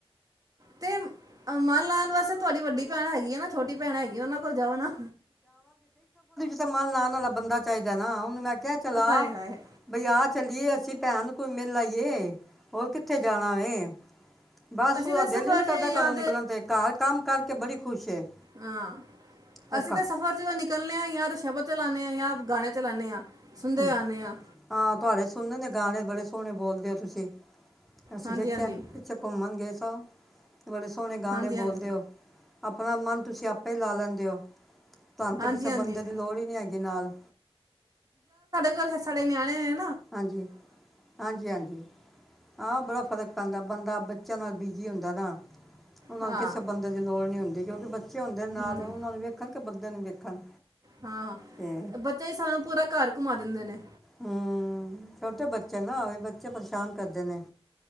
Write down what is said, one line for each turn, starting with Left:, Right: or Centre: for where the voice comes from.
Right: ਤੇ ਮਨ ਲਾਉਣ ਵਾਸਤੇ ਤੁਹਾਡੀ ਵੱਡੀ ਭੈਣ ਹੈਗੀ ਆ ਨਾ। ਛੋਟੀ ਭੈਣ ਹੈਗੀ, ਉਹਨਾਂ ਕੋਲ ਜਾਓ ਨਾ।
Centre: ਸਮਾਨ ਲਾਉਣ ਵਾਲਾ ਬੰਦਾ ਚਾਹੀਦਾ ਨਾ। ਉਹਨੂੰ ਮੈਂ ਪਿਆ ਚਲਾ
Right: ਹਾਏ ਹਾਏ
Centre: ਬਜਾ ਚਲੀਏ ਅਸੀਂ ਭੈਣ ਕੋਂ ਮਿਲ਼ ਆਈਏ। ਹੋਰ ਕਿੱਥੇ ਜਾਣਾ ਵ? ਬਸ
Right: ਅਸੀਂ
Centre: ਉਹਦਾ
Right: ਤਾਂ
Centre: ਦਿਲ
Right: ਸਫਰ
Centre: ਹੀ ਨਹੀਂ ਕਰਦਾ।
Right: 'ਚ ਜਾਂ
Centre: ਘਰੋਂ ਨਿਕਲਣ ਤੇ ਘਰ ਕੰਮ ਕਰਕੇ ਕੇ ਬੜੀ ਖੁਸ਼ ਹੈ।
Right: ਹਾਂ।
Centre: ਇੱਕ
Right: ਅਸੀਂ ਤਾਂ ਸਫ਼ਰ ਜਦੋਂ ਨਿਕਲਦੇ ਆ। ਜਾ ਤੇ ਸ਼ਬਦ ਚਲਾਣੇ ਹਾਂ ਜਾਂ ਗਾਣੇ ਚਲਾਉਦੇ ਹਾਂ। ਸੁਣਦੇ
Centre: ਹੂੰ।
Right: ਆਉਂਦੇ ਹਾਂ
Centre: ਹਾਂ ਤੁਹਾਡੇ ਸੁਣਨ ਨੇ ਗਾਣੇ ਬੜੇ ਹੁਣੇ ਬੋਲਦੇ ਹੋ ਤੁਸੀਂ। ਅਸੀਂ
Right: ਹਾਂਜੀ
Centre: ਦੇਖਿਆ
Right: ਹਾਂਜੀ
Centre: ਪਿੱਛੇ ਘੁੰਮਣ ਗਏ ਸੌ ਬੜੇ ਸੋਹਣੇ ਗਾਣੇ
Right: ਹਾਂਜੀ ਹਾਂਜੀ
Centre: ਬੋਲਦੇ ਹੋ। ਆਪਣਾ ਮਨ ਤੁਸੀਂ ਆਪੇ ਹੀ ਲਾ ਲੈਂਦੇ ਹੋ। ਤੁਹਾਨੂੰ ਤੇ
Right: ਹਾਂਜੀ
Centre: ਕਿਸੇ
Right: ਹਾਂਜੀ
Centre: ਬੰਦੇ ਦੀ ਲੋੜ ਹੀ ਨਹੀਂ ਹੈਗੀ ਨਾਲ
Right: ਪਰ ਸਾਡੇ ਨਿਆਣੇ ਹੈ
Centre: ਹਾਂਜੀ ਹਾਂਜੀ ਹਾਂਜੀ ਆਹ ਬੜਾ ਫ਼ਰਕ ਪੈਂਦਾ ਬੰਦਾ ਚ ਨਾਲ ਬਿਜੀ ਹੁੰਦਾ ਨਾ। ਉਹਨਾਂ
Right: ਹਾਂ
Centre: ਨੂੰ ਕਿਸੇ ਬੰਦੇ ਦੀ ਲੋੜ ਨਹੀਂ ਹੁੰਦੀ। ਕਿਉਂਕਿ, ਬੱ ੱਚੇ ਹੁੰਦੇ ਨਾਲ
Right: ਹੂੰ
Centre: ਉਹਨਾਂ ਨੂੰ ਵੇਖਣ ਕੇ ਧ ਨੂੰ ਵੇਖਣ।
Right: ਹਾਂ,
Centre: ਤੇ
Right: ਬੱਚਾ ਹੀ ਸਾਨੂੰ ਪੂਰਾ ਘਰ ਘੁਮਾ ਦਿੰਦੇ ਨੇ।
Centre: ਹੂੰ। ਛੋਟੇ ਬੱਚੇ ਨਾ ਉਹੀ ਬੱਚੇ ਪਰੇਸ਼ਾਨ ਕਰਦੇ ਨੇ।